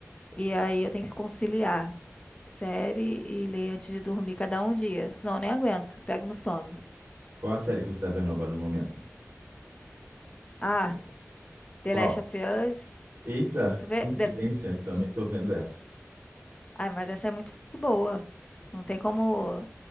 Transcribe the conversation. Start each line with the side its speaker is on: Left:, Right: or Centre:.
Left: E aí eu tenho que conciliar série e ler antes de dormir cada um dia. Senão eu nem aguento. Pego no sono.
Right: Qual a série que você está vendo agora no momento?
Left: Ah, The
Right: Qual?
Left: Last of Us.
Right: Eita,
Left: Tu vê?
Right: coincidência,
Left: The-
Right: também estou vendo essa.
Left: Ai, mas essa é muito boa. Não tem como